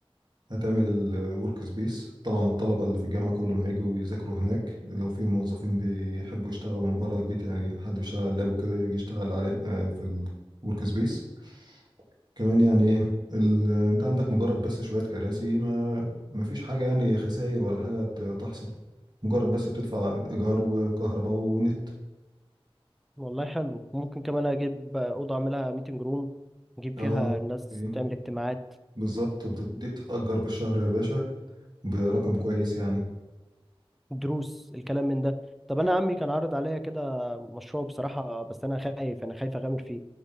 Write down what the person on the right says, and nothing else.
هتعمل الورك سبيس طبعا الطلبة اللي في الجامعة كلهم هيجوا يذاكروا هناك لو في موظفين بيحبوا يشتغلوا من بره البيت يعني حد بيشتغل على اللاب وكده يجي يشتغل عليه آه، في الورك سبيس كمان يعني ايه ال- انت عندك مجرد بس شوية كراسي ما ما فيش حاجة يعني خسائر ولا حاجة ت- تحصل مجرد بس بتدفع إيجار وكهرباء ونت
اه
إيه،
بالظبط بت- دي بتتأجر بالشهر يا باشا برقم كويس يعني